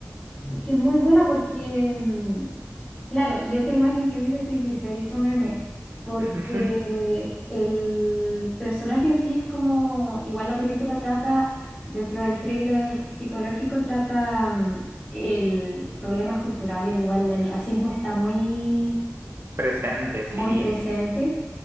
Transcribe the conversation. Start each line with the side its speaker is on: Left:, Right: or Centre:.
Right: Ujú.
Left: Es que es muy buena porque, mm, claro, y esa imagen que dice, sí, sí, se hizo meme. Porque
Right: <laughs>
Left: el personaje en sí es como. Igual la película trata, dentro del thriller psicológico, trata mm, el problemas culturales. Igual el racismo está muy,
Right: Presente, sí.
Left: muy presente.